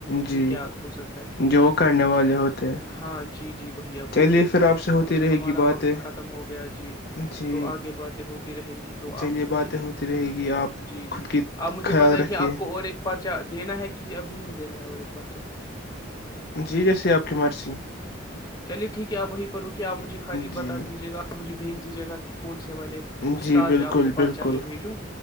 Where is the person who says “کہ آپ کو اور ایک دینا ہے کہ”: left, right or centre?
Left